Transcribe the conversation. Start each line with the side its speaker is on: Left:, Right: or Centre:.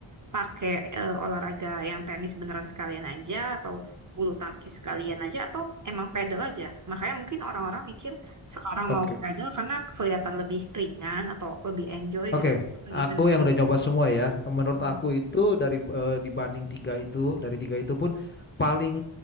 Right: pakai eh, olahraga yang tenis beneran sekalian aja atau bulu tangkis sekalian aja atau emang pedal aja. Makanya mungkin orang-orang mikir sekarang
Left: Oke.
Right: mau pedal karena kelihatan lebih ringan atau lebih enjoy
Left: Oke,
Right: gitu atau
Left: aku
Right: gimana?
Left: yang udah nyoba semua ya. Menurut
Right: Hmm.
Left: aku itu dari eh, dibanding tiga itu, dari tiga itu pun paling